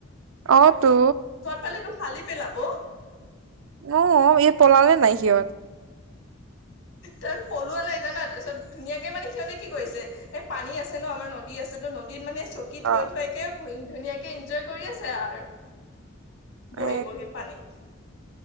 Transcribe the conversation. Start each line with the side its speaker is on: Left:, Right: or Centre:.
Right: অঁ, তো।
Left: পালেটো ফালি পেলাব।
Right: অঁ, এই পলালে নাই সিহঁত।
Left: তাৰ পলোৱা নাই জানা, তাৰপিছত ধুনীয়াকে মানে সিহঁতেনে কি কৰিছে এ পানী আছে ন আমাৰ নদী আছে, ত নদীত মানে চ কি থৈ
Right: অ
Left: থৈ কে ধুনীয়াকে ইনজয় কৰি আছে আৰু।
Right: এ
Left: বহি বহি পানীত,